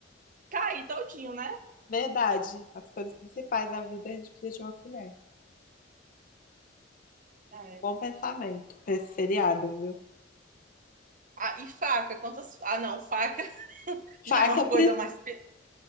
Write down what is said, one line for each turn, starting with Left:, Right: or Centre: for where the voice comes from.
Right: cair todinho, né?
Left: verdade. As coisas principais da vida a gente precisa de uma colher.
Right: É.
Left: Um bom pensamento para esse feriado, viu?
Right: Ah, e faca, quantas. Ah, não, faca <laughs> já
Left: Faca,
Right: é uma coisa
Left: pre-
Right: mais. pe-